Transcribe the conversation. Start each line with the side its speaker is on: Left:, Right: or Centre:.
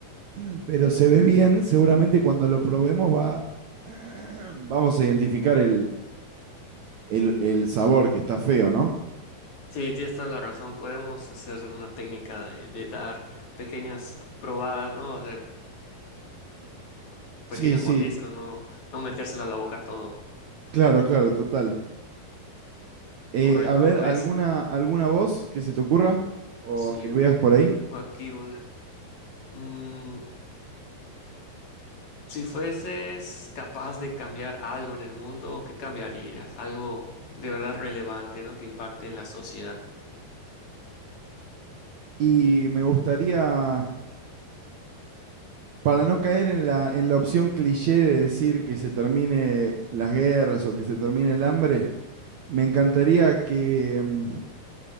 Right: <clears throat> pero se ve bien, seguramente cuando lo probemos va, <clears throat> vamos a identificar el, el, el sabor que está feo, ¿no?
Left: sí, tienes toda la razón, podemos hacer una técnica de, de dar pequeñas probadas, ¿no? pequeños
Right: Sí, sí,
Left: mordiscos, no, no metérselo a la boca todo.
Right: claro, claro, total. Eh,
Left: Correcto,
Right: a ver,
Left: pues
Right: ¿alguna, alguna voz que se te ocurra o
Left: Sí.
Right: que veas por ahí?
Left: tengo aquí una. Mm, si fueses capaz de cambiar algo en el mundo, ¿qué cambiarías? Algo de verdad relevante, ¿no? Que impacte en la sociedad.
Right: Y me gustaría Para no caer en la, en la opción cliché de decir que se termine las guerras o que se termine el hambre, me encantaría que, mm,